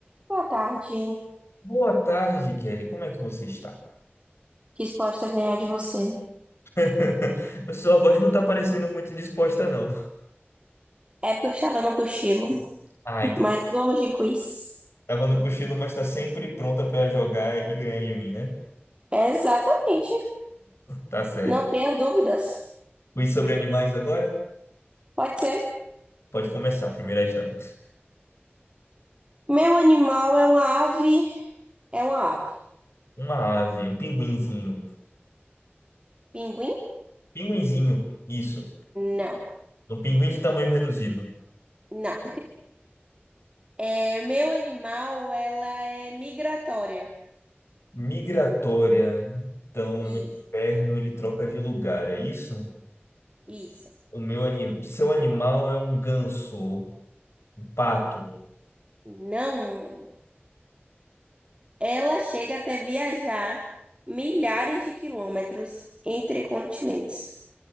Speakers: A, on the right; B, on the left.
A: Boa tarde.
B: Boa tarde, Kelly. Como é que você está?
A: Quis a ganhar de você.
B: <laughs> Sua voz não tá parecendo muito disposta, não.
A: É porque eu estava no cochilo,
B: Ah, entendi.
A: mas vamos de quiz.
B: Tava no cochilo, mas tá sempre pronta pra jogar e ganhar de mim, né?
A: Exatamente.
B: Tá certo.
A: Não tenha dúvidas.
B: Quiz sobre animais agora?
A: Pode ser.
B: Pode começar, primeiras damas.
A: Meu animal é uma ave. É uma ave.
B: Uma ave, um pinguinzinho.
A: Pinguim?
B: Pinguinzinho, isso.
A: Não.
B: Um pinguim de tamanho reduzido.
A: Não. É, meu animal, ela é migratória.
B: Migratória. Então,
A: Isso.
B: no inverno ele troca de lugar, é isso?
A: Isso.
B: O meu anim... Seu animal é um ganso, um pato.
A: Não. Ela chega até viajar milhares de quilômetros entre continentes.